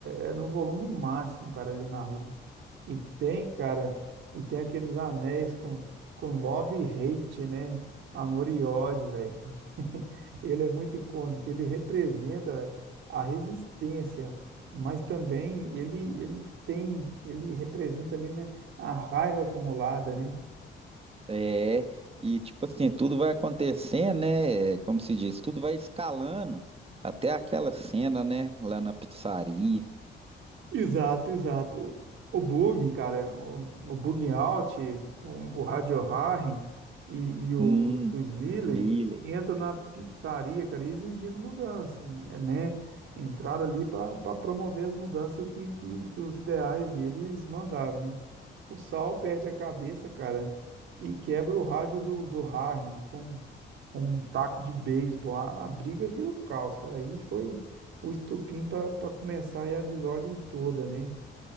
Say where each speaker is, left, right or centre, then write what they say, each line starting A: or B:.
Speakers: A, on the right; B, on the right.
A: é- é no volume máximo, cara, ali na rua. E tem, cara, e tem aqueles anéis com, com love e hate, né? Amor e ódio, velho. <laughs> Ele é muito icônico, ele representa, velho, a resistência, mas também ele, ele tem, ele representa ali, né, a raiva acumulada, né?
B: É. E tipo assim, tudo vai acontecendo, né? Como se diz, tudo vai escalando até aquela cena, né? Lá na pizzaria.
A: Exato, exato. O bug, cara, o, o bug out, o, o Radio Harry e, e o,
B: Hum,
A: o Smiley
B: Miller.
A: entram na pizzaria, cara, exigindo mudança, é, né? Entraram ali para promover as mudanças que, que, que os ideais deles mandavam, né? O Sal perde a cabeça, cara, e quebra o rádio do, do Harry com, com um taco de beisebol. A, a briga vira o caos, cara. Aí foi o estupim para começar é a desordem toda, né?